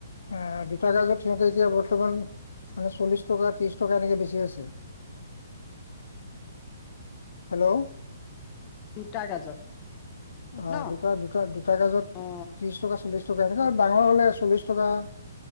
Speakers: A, on the left (about 85°); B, on the left (about 20°).
A: অঁ দুটা গাজত সিহঁতে এতিয়া বত- বৰ্তমান মানে চল্লিশ টকা ত্ৰিশ টকা এনেকে বেছি আছে। হেল্লৌ'
B: দুটা গাজত।
A: অঁ
B: ন
A: দুটা দুটা দুটা গাজত
B: অ
A: ত্ৰিশ টকা চল্লিশ টকা এনেকা
B: অ
A: ডাঙৰ হলে চল্লিশ টকা।